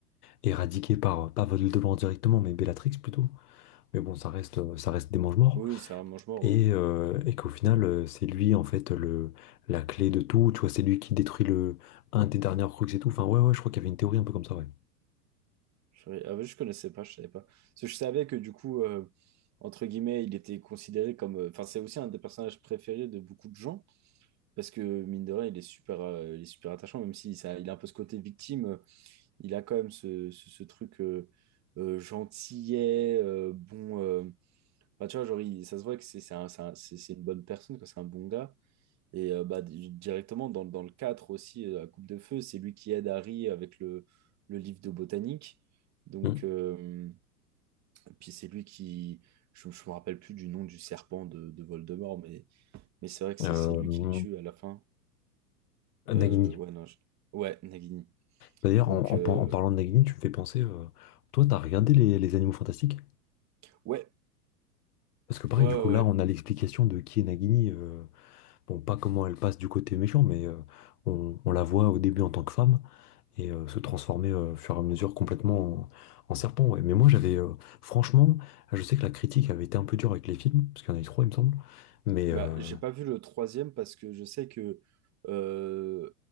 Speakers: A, on the left (about 65°); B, on the right (about 35°).
A: éradiqués par, pas Voldemort directement, mais Bellatrix plutôt. Mais bon, ça reste, euh, ça reste des mange-morts.
B: Oui, c'est un mange-mort,
A: Et,
B: ouais.
A: euh, et qu'au final, euh, c'est lui, en fait, le, la clé de tout. Tu vois, c'est lui qui détruit le, un des derniers Horcruxes et tout. Enfin, ouais, ouais, je crois qu'il y avait une théorie un peu comme ça, ouais.
B: Je, ah ouais, je connaissais pas, je savais pas. Parce que je savais que du coup, euh, entre guillemets, il était considéré comme. euh, Enfin, c'est aussi un des personnages préférés de beaucoup de gens. Parce que mine de rien, il est super, euh, il est super attachant, même si ça, il a un peu ce côté victime. euh, Il a quand même ce, ce, ce truc euh, euh, gentillet, euh, bon. euh, bah, tu vois, genre, il- ça se voit que c'est c'est un- c'est un- c'est- c'est une bonne personne, que c'est un bon gars. Et euh, bah, di- directement, dans, dans le 4 aussi, euh, la Coupe de Feu, c'est lui qui aide Harry avec le, le livre de botanique. Donc.
A: Hum.
B: euh, puis c'est lui qui, je, je me rappelle plus du nom du serpent de, de Voldemort, mais, mais c'est vrai que c'est
A: Euh,
B: c'est lui qui le tue à la fin.
A: Nagini.
B: Euh, ouais, non, je- ouais, Nagini.
A: D'ailleurs,
B: Donc,
A: en, en
B: euh,
A: par- en parlant de Nagini, tu me fais penser, euh, toi, t'as regardé les, les Animaux Fantastiques?
B: ouais,
A: Parce que pareil,
B: ouais, ouais,
A: du coup, là,
B: ouais.
A: on a l'explication de qui est Nagini. euh, bon, pas comment elle passe du côté méchant, mais euh, on, on la voit au début en tant que femme et euh, se transformer euh, au fur et à mesure complètement en, en serpent. ouais. Mais moi, j'avais, euh, franchement, je sais que la critique avait été un peu dure avec les films, parce qu'il y en a eu trois, il me semble. Mais
B: Bah,
A: euh,
B: j'ai pas vu le troisième parce que je sais que euh,